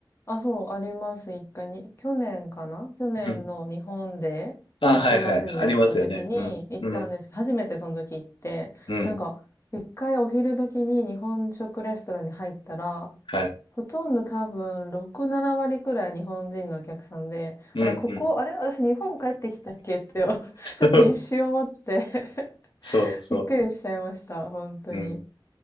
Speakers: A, on the left; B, on the left.
A: あ、そう、あります、一回に。去年かな去年の日本で、
B: うん。あ、
A: 6月にやった時に行ったんです。
B: はいはい。ありますよね。うん。うん。
A: 初めてその時行って、
B: うん。
A: なんか、一回お昼時に日本食レストランに入ったら、
B: はい。
A: ほとんど多分6、7割くらい日本人のお客さんで、
B: うん。
A: あれ、ここ、
B: うん。
A: あれ、私日本帰ってきたっけって、<laughs>
B: <laughs>
A: ちょっと一瞬思って <laughs>
B: そうそうそ
A: びっくりしちゃいました、本当に。
B: う。うん。